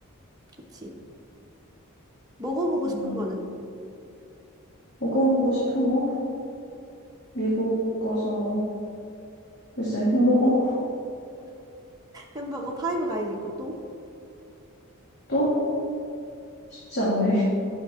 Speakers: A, on the right; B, on the left.
A: 그치 먹어보고
B: 음.
A: 싶은 거는
B: 먹어보고 싶은 거? 미국 가서, 글쎄, 햄버거?
A: 햄버거 파이브 가이즈 있고 또
B: 또? 쉽지 않네.